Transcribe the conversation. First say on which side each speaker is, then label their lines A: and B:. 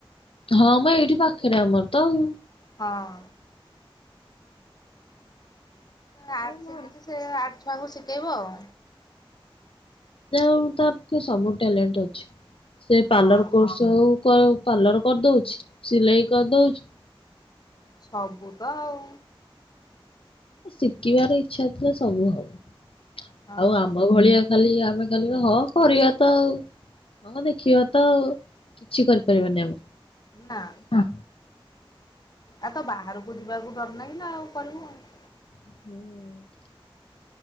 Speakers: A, on the left; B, on the left.
A: ହଁ ମ ଏଇଠି ପାଖରେ ଆମର ତ ଆଉ।
B: ହଁ। ଆର୍ଟସ୍
A: ହଉ
B: ଶିଖିଛି
A: ଆଉ
B: ସେ ଆର୍ଟସ୍ ଛୁଆଙ୍କୁ ଶିଖେଇବ ଆଉ।
A: ଯା ହଉ ତା ପାଖେ ସବୁ ଟ୍ୟାଲେଣ୍ଟ୍ ଅଛି ସେ ପାର୍ଲର
B: ଆଉ ହଁ
A: କୋର୍ସ୍ ଯୋଉ କ ପାର୍ଲର କରିଦଉଛି ସିଲେଇ କରିଦଉଛି
B: ସବୁ ତ ଆଉ
A: ଶିଖିବାର ଇଚ୍ଛା ଥିଲା ସବୁ ହବ
B: ହଁ
A: ଆଉ ଆମ ଭଳିଆ ଖାଲି ଆମେ ଖାଲି ହଁ କରିବା ତ ଆଉ ହଁ ଦେଖିବା ତ ଆଉ କିଛି କରିପାରିବନି ଆମେ।
B: ନା
A: ହଁ।
B: ଆ ତ ବାହାରକୁ ଯିବାକୁ ଡର ନାଗିଲା କି ନା ଆଉ କରିବୁ କଣ।
A: ହୁଁ